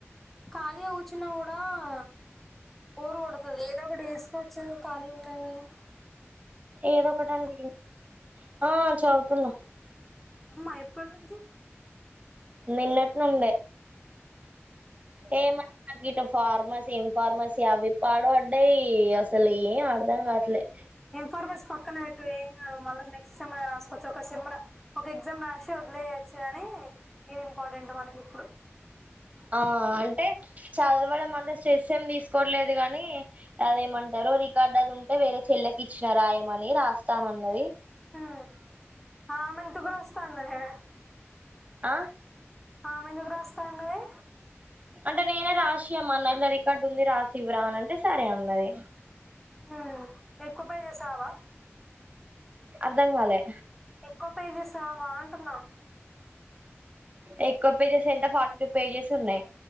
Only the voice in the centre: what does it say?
ఖాళీగా కూర్చున గూడా ఆ బోరు కొడుతది ఏదో ఒకటి వేసుకోవచ్చు ఖాళీగా ఉన్నాయి గదా
అమ్మా ఎప్పుడి నుంచి
ఎమ్ ఫార్మసీ పక్కన వెట్ ఇపుడు ఎమ్ కాదు మల్ల నెక్స్ట్ సమ్మర్ ల రాసుకో ఒక సెమ్ ర ఒక ఎగ్జామ్ రా రాశి ఓడిలేయొచ్చుగని ఇది ఇంపార్టెంట్ మనకి ఇప్పుడు
ఉ ఆమెంతుకు రాస్తా అన్నదే
ఆమె ఎందుకు రాస్త అన్నది
ఆ ఎక్కువ పేజెస్ రావ
ఎక్కువ పేజెస్ రావా అంటున్నా